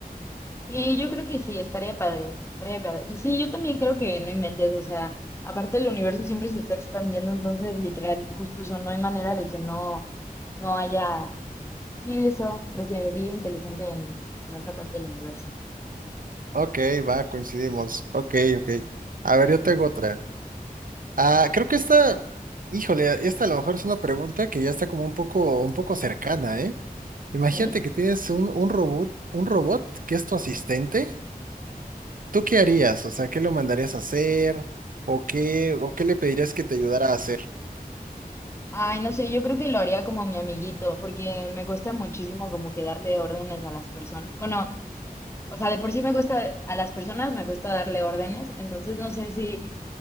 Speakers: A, on the left; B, on the right.
A: Sí, yo creo que sí, estaría padre, estaría padre. Y sí, yo también creo que no inventes, o sea, aparte el universo siempre se está expandiendo, entonces literal, justo eso, no hay manera de que no, no haya, sí, eso, de que vida inteligente en, en otra parte del universo.
B: Ok, va, coincidimos. Ok, ok. A ver, yo tengo otra. Ah, creo que esta, híjole, esta a lo mejor es una pregunta que ya está como un poco, un poco cercana, ¿eh? Imagínate
A: ¿Sí?
B: que tienes un, un robot, un robot que es tu asistente ¿Tú qué harías? O sea, ¿qué lo mandarías a hacer? ¿O qué, o qué le pedirías que te ayudara a hacer?
A: Ay, no sé, yo creo que lo haría como mi amiguito, porque me cuesta muchísimo como que darle órdenes a las personas. Bueno, o sea, de por sí me cuesta, a las personas me cuesta darle órdenes, entonces no sé si